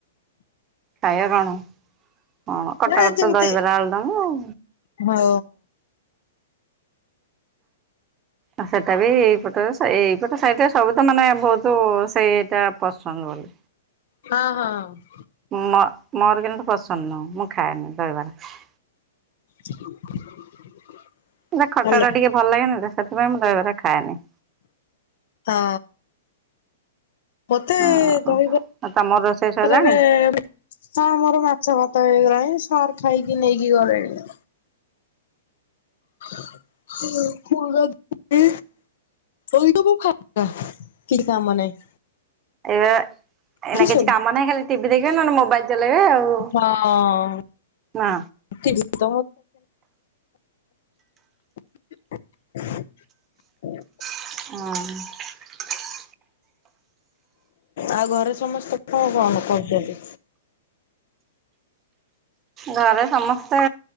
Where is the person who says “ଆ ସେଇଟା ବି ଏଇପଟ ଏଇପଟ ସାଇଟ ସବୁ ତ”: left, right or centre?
Right